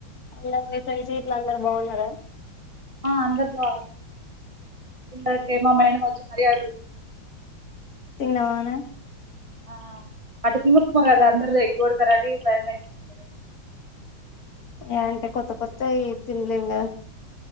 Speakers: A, on the left; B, on the right.
A: అలా మీ ఫ్రెండ్ గీట్ల అందరు బాగున్నారా
B: ఆ అందరు బా ఇందాకే మా మేడం వచ్చి మరి ఆడు
A: తిన్నావా నే
B: <unintelligible> అందురు ఏగ్గొడతారని భయమైతుంది
A: ఏ అంటే కొత్త కొత్తయి తిన్లేం కదా